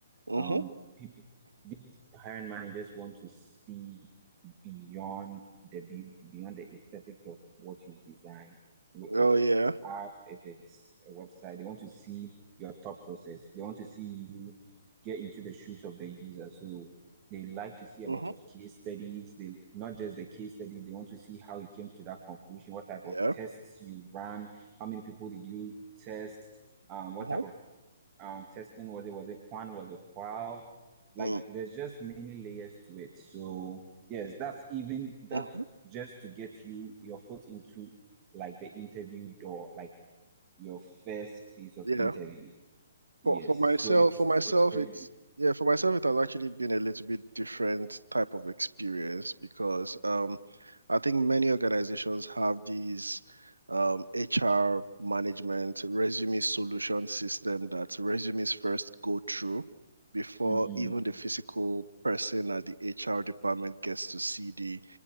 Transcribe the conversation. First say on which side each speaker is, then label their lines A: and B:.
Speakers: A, on the right; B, on the right.
A: Mm-hmm.
B: Um, people, these hiring managers want to see beyond the beauty, beyond the aesthetics of what you've designed. If
A: Oh yeah.
B: it's an app, if it's a website, they want to see your thought process. They want to see you get into the shoes of the user. So they like to see a
A: Mm-hmm.
B: lot of case studies. They not just the case studies, they want to see how you came to that conclusion, what type
A: Yeah.
B: of tests you ran, how many people did you test, um, what
A: Mm-hmm.
B: type of um testing was it? Was it Quan? Was it Qual? Like
A: Mm-hmm.
B: there's just many layers to it. So yes, that's even that's
A: Mm-hmm.
B: just to get you your foot into like the interview door, like your first phase of
A: Yeah.
B: interview. Yes.
A: For for myself,
B: So it's
A: for myself,
B: it's crazy.
A: it's yeah, for myself, it has actually been a little bit different type of experience because um, I think many organizations have these um, HR management resume solution system that resumes first go through before
B: Mm,
A: even the physical person at the HR department gets to see the